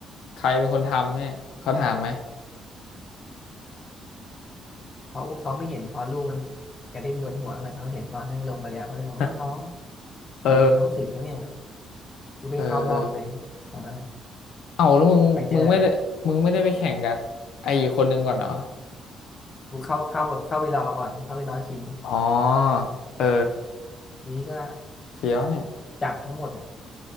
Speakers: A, on the left; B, on the left.
A: ใครเป็นคนทำเนี่ยเขาถามไหม
B: เขาเขาไม่เห็นตอนลูกมันกระเด้งโดนหัวเหมือนเขาเห็นตอนนั่งลงไปแล้วเขาเลยบอกอุ้ยน้อง
A: <laughs> เออ
B: ฝีมือน้องสึกนะเนี่ยกูได้เข้ารอบเลยตอนนั้น
A: เออเออเอาแล้วมึงมึงไม่ได้มึงไม่ได้ไปแข่งกับไอ้อีกคนนึงก่อนเหรอ
B: ไปเจอกูเข้าเข้าแบบเข้าไปรอก่อนเข้าไปรอชิง
A: อ๋อเออ
B: ทีนี้ก็
A: เฟี้ยวเนี่ย
B: จากทั้งหมดเนี่ย